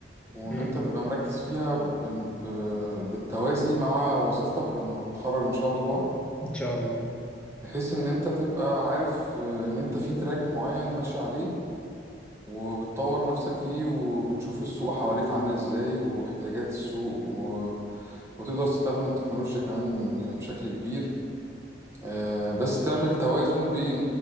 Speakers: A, on the right (about 15°); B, in the centre.
A: وإن
B: مم.
A: أنت تبقى مركز فيها ب- ب- بالتوازي مع وظيفتك لما تتخرج إن شاء الله
B: إن شاء الله
A: بحيث ان انت تبقى عارف آه، ان انت في تراك معين ماشي عليه وبتطور نفسك فيه وبتشوف السوق حواليك عامل ازاي واحتياجات السوق و... وتقدر تستخدم التكنولوجيا كمان بشكل كبير آه، بس تعمل توازن بين